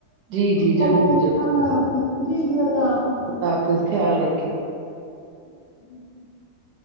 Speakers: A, on the right (about 70°); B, on the left (about 25°).
A: جی جی
B: اوکے
A: ضرور ضرور
B: اللہ حافظ جی جی اللہ حافظ
A: سفیز خیال رکے <unintelligible> <inaudible>
B: جی <unintelligible> <unintelligible>